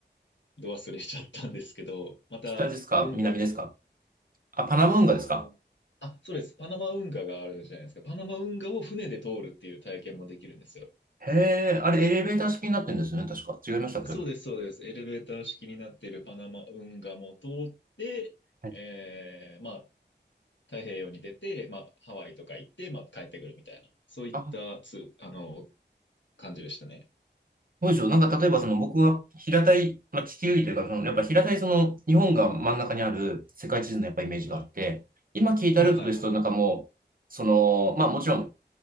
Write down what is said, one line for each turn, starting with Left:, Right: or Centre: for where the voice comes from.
Left: ど忘れしちゃったんですけど、また、
Right: 北ですか南ですか
Left: 運河が、
Right: あ、パナム運河ですか
Left: あのーあ、そうです。パナマ運河があるじゃないですか。パナマ運河を船で通るっていう体験もできるんですよ。
Right: へえ、あれエレベーター式になってるんですよね、確か。違いましたっけ
Left: そうです、そうです。エレベーター式になっているパナマ運河も通って、
Right: はい
Left: えー、まあ、太平洋に出て、まあ、ハワイとか行って、まあ、帰ってくるみたいな、そういったつ、
Right: あ、
Left: あの、感じでしたね。
Right: そうでしょう。なんか例えばその僕が平たい、まあ、地球儀というか、そのやっぱ平たいその日本が真ん中にある世界地図のやっぱイメージがあって、
Left: はい。
Right: 今聞いたルートですとなんかもう、
Left: はい、はい、はい。
Right: その、まあもちろん